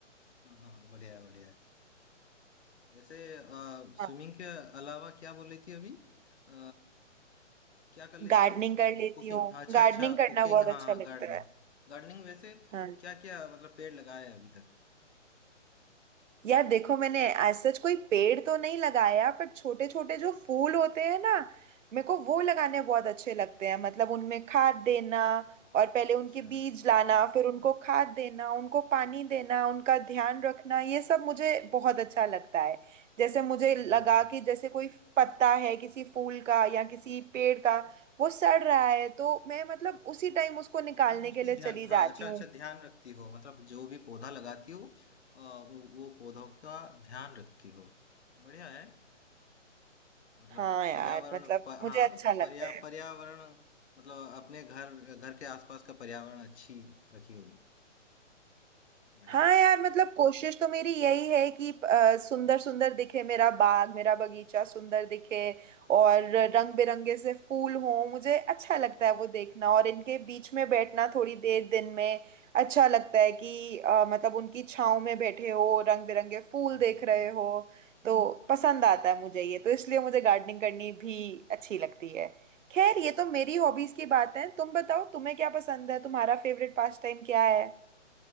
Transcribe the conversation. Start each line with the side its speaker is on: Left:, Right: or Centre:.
Left: हाँ हाँ बढ़िया है, बढ़िया है। वैसे स्विमिंग
Right: हाँ
Left: के अलावा क्या बोल रही थी अभी अ, क्या कर लेती
Right: गार्डनिंग
Left: हो
Right: कर लेती
Left: कुकिंग
Right: हूँ
Left: अच्छा
Right: गार्डनिंग
Left: अच्छा
Right: करना
Left: कुकिंग
Right: बहुत
Left: हाँ
Right: अच्छा
Left: हाँ
Right: लगता
Left: गार्डनिंग गार्डनिंग वैसे
Right: है
Left: क्या क्या मतलब पेड़ लगाया है अभी तक
Right: यार देखो मैंने एज सच कोई पेड़ तो नहीं लगाया पर छोटे छोटे जो फूल होते हैं ना मेरे को वो लगाने बहुत अच्छे लगते हैं मतलब उनमें खाद देना और पहले उनके
Left: अच्छा
Right: बीज लाना फिर उनको खाद देना उनको पानी देना उनका ध्यान रखना ये सब मुझे बहुत अच्छा लगता है जैसे मुझे लगा
Left: हाँ हाँ
Right: कि जैसे कोई पत्ता है किसी फूल का या किसी पेड़ का वो सड़ रहा है तो मैं मतलब उसी टाइम उसको निकालने
Left: मतलब उसमें
Right: के लिए
Left: ध्यान
Right: चली जाती
Left: हाँ अच्छा
Right: हूँ
Left: अच्छा ध्यान रखती हो मतलब जो भी पौधा लगाती हो अ, वो वो पौधों का ध्यान रखती हो बढ़िया है मतलब
Right: हाँ यार
Left: पर्यावरण
Right: मतलब
Left: प, हाँ
Right: मुझे अच्छा लगता
Left: पर्या
Right: है
Left: पर्यावरण मतलब अपने घर घर के आसपास का पर्यावरण अच्छी रखी होगी बढ़िया
Right: हाँ
Left: है
Right: यार मतलब कोशिश तो मेरी यही है कि अ, सुंदर सुंदर दिखे मेरा बाग मेरा बगीचा सुंदर दिखे और रंग बिरंगे से फूल हों मुझे अच्छा लगता है वो देखना और इनके बीच में बैठना थोड़ी देर दिन में अच्छा लगता है कि अ, मतलब उनकी छांव में बैठे हो रंग बिरंगे फूल
Left: हाँ
Right: देख
Left: हाँ।
Right: रहे हो तो पसंद आता है मुझे ये तो इसलिए मुझे गार्डनिंग करनी भी अच्छी लगती है खैर ये तो मेरी हॉबीज की बात है तुम बताओ तुम्हें क्या पसंद है तुम्हारा फेवरेट पास टाइम क्या है